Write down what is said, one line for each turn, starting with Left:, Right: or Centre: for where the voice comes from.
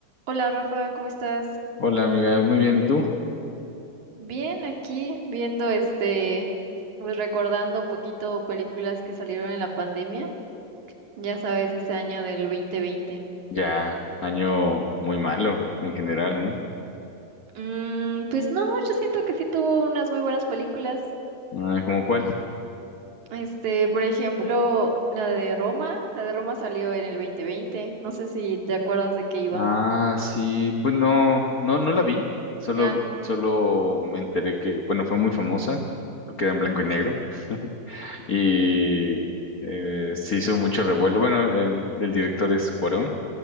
Right: Hola Rafa, ¿cómo estás?
Left: Hola amiga, muy bien, ¿y tú?
Right: Bien, aquí viendo este, pues recordando un poquito películas que salieron en la pandemia, ya sabes, ese año del 2020.
Left: Ya, año muy malo en general, ¿no?
Right: Mm, pues no, yo siento que sí tuvo unas muy buenas películas.
Left: Ah, ¿cómo cuál?
Right: Este, por ejemplo, la de Roma, la de Roma salió en el 2020, no sé si te acuerdas de qué iba.
Left: Ah, sí, pues no, no, no la vi, solo,
Right: Ah,
Left: solo me enteré que, bueno, fue muy famosa, porque era en blanco y negro, <laughs> y eh, se hizo mucho revuelo. Bueno, el, el director es Cuarón,